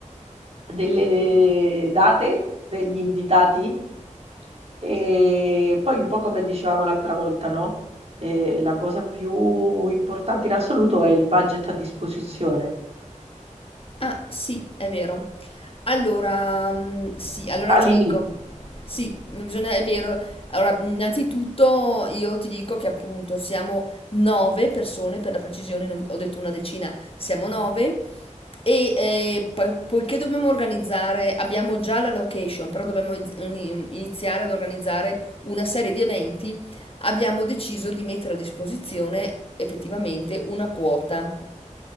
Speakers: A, on the right; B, on the left.
A: delle date degli invitati e poi un po' come dicevamo l'altra volta, no? Eh, la cosa più importante in assoluto è il budget a disposizione
B: Ah, sì, è vero. Allora, mhmm, sì, allora
A: all'inizio.
B: ti dico sì, bisogna è vero. Allora, innanzitutto io ti dico che appunto siamo 9 persone, per la precisione non ho detto una decina, siamo 9 e, ehm, poi poiché dobbiamo organizzare abbiamo già la location, però dobbiamo iz oni mhmm, iniziare ad organizzare una serie di eventi, abbiamo deciso di mettere a disposizione effettivamente una quota.